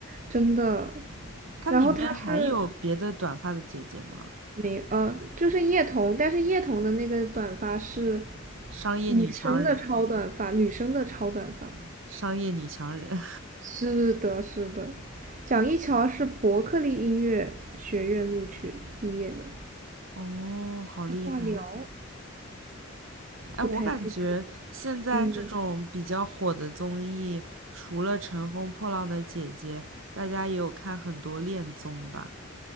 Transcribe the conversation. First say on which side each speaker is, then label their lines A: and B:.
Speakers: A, on the right; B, on the right.
A: 真的。
B: 它里面还有别的短发的姐姐吗？
A: 然后他是没呃，就是叶童，但是叶童的那个短发是
B: 商业女强人，
A: 女生的超短发，女生的超短发。
B: 商业女强人。
A: 是的，是的，蒋一乔是伯克利音乐学院录取毕业的，
B: <laughs> 哦，好厉害！
A: 他化疗。
B: 哎，
A: 不太清楚。
B: 我感觉现在这种比较火的综艺，
A: 嗯，
B: 除了《乘风破浪的姐姐》，大家也有看很多恋综吧。